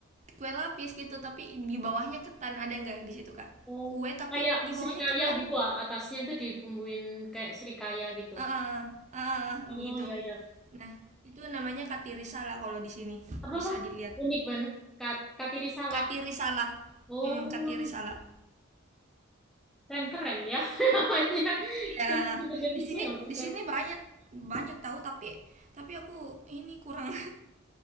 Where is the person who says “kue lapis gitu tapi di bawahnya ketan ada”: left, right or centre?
Right